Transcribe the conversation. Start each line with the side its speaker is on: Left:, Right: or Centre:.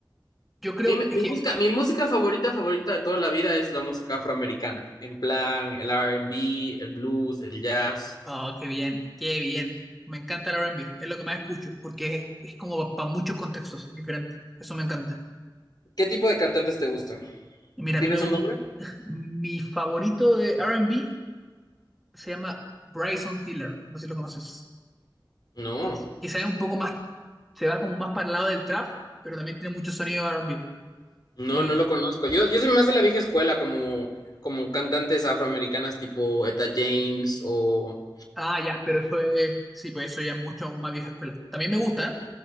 Centre: Yo creo,
Left: A mí me-
Centre: es
Left: mi
Centre: que
Left: música, mi música favorita, favorita de toda la vida es la música afroamericana. En plan, el R&B, el blues, el jazz.
Centre: Oh, qué bien, qué bien. Me encanta el R&B, es lo que más escucho, porque es, es como para muchos contextos diferentes. Eso me encanta.
Left: ¿Qué tipo de cantantes te gustan?
Centre: Y mira,
Left: ¿Tienes
Centre: a mí me gusta.
Left: un nombre?
Centre: Mi favorito de R&B se llama Bryson Tiller, no sé si lo conoces.
Left: No,
Centre: Eh, Quizá es un poco más, se va como más para el lado del trap, pero también tiene mucho sonido de R&B.
Left: no,
Centre: Eh,
Left: no lo conozco. Yo, yo soy más de la vieja escuela, como, como cantantes afroamericanas tipo Etta James o...
Centre: ah, ya, pero eso es, sí, pues eso ya es mucho más vieja escuela. También me gustan,